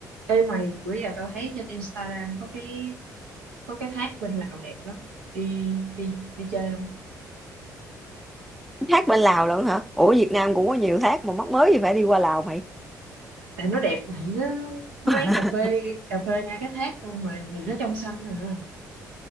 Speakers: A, on the right; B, in the centre.
A: Ê mày, bữa giờ tao thấy trên Instagram có cái có cái thác bên Lào đẹp lắm. Đi đi đi chơi không?
B: thác bên Lào lận hả ủa Việt Nam cũng có nhiều thác mà mắc mới gì phải đi qua Lào mày
A: Tại nó đẹp mày nó
B: <laughs>
A: quán cà phê cà phê ngay cái thác luôn mà nhìn nó trong xanh à.